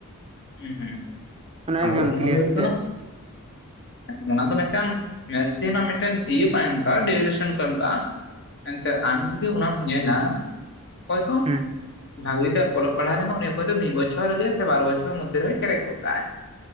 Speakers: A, on the left (about 55°); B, on the right (about 25°).
A: ᱦᱩᱸ ᱦᱩᱸ ᱟᱫᱚ
B: ᱮᱠᱡᱟᱢ
A: ᱚᱱᱟ
B: ᱠᱞᱤᱭᱟᱨ
A: ᱫᱚ ᱦᱩᱭᱩᱜ ᱠᱟᱱᱟ
B: ᱛᱮ
A: ᱚᱱᱟ ᱫᱚ ᱢᱤᱫᱴᱟᱝ ᱢᱮᱠᱥᱤᱢᱟᱢ ᱢᱤᱫᱴᱟᱝ ᱠᱚ ᱮᱢ ᱟᱠᱟᱜᱼᱟ ᱰᱮᱩᱨᱮᱥᱚᱱ ᱠᱚ ᱮᱢ ᱟᱠᱟᱜᱼᱟ ᱮᱱᱛᱮᱜ ᱟᱢ ᱡᱩᱫᱤ ᱚᱱᱟᱢ ᱧᱮᱞᱟ ᱦᱚᱭᱛᱚ
B: ᱦᱩᱸ
A: ᱵᱷᱟᱜᱤ ᱡᱩᱫᱤ ᱚᱞᱚᱜ ᱯᱟᱲᱦᱟᱣ ᱫ ᱩᱱᱤ ᱚᱭᱛ ᱫᱚ ᱢᱤᱫ ᱵᱪᱷᱚᱨ ᱜᱮ ᱥᱮ ᱵᱟᱨ ᱵᱚᱪᱷᱚᱨ ᱢᱚᱫᱽᱫᱷᱮ ᱨᱮᱭ ᱠᱮᱨᱮᱠᱚᱜ ᱠᱟᱜᱼ ᱟᱭ